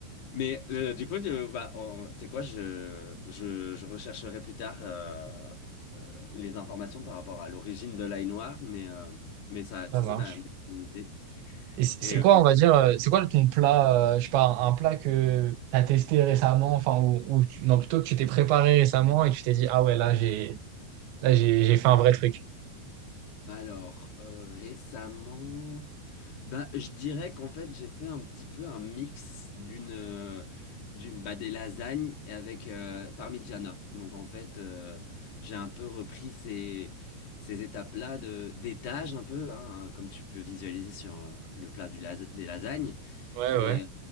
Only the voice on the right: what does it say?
Ça marche.
Et c'est
c'est
quoi, on va dire, euh, c'est quoi ton plat, euh, je sais pas, un plat que t'as testé récemment, enfin, ou, ou tu- non, plutôt que tu t'es préparé récemment et tu t'es dit, ah ouais, là, j'ai Là, j'ai j'ai fait un vrai truc.
Ouais, ouais,